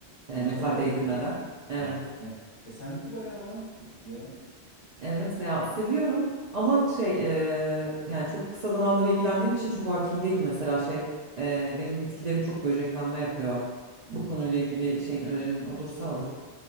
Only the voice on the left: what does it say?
bıçakla.
Harika. E sende de bayağı varmış bitki ya.
Hmm.